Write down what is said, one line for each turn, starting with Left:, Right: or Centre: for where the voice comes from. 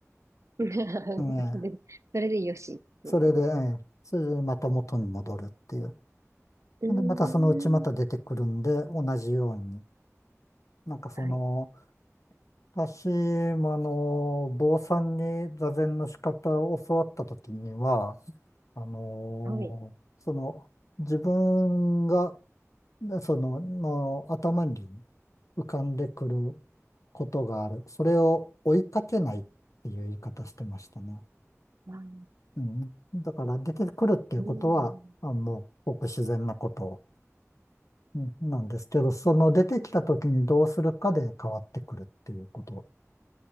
Right: <laughs> それで、
Left: ええ、
Right: それでよしっていう。
Left: それで、ええ、それでまた元に戻るっていう。
Right: うー
Left: で、またそのうちまた出てくるんで、
Right: ん。
Left: 同じように。なんかその、
Right: はい。
Left: 私もあの、坊さんに座禅の仕方を教わったときには、あの、
Right: はい。
Left: その、自分が、その、の頭に浮かんでくることがある。それを追いかけないっていう言い方してましたね。
Right: わあ、
Left: うん。だから出てくるっていうことは、
Right: うん。
Left: あ、もう、ごく自然なことうんなんですけど、その出てきたときにどうするかで変わってくるっていうこと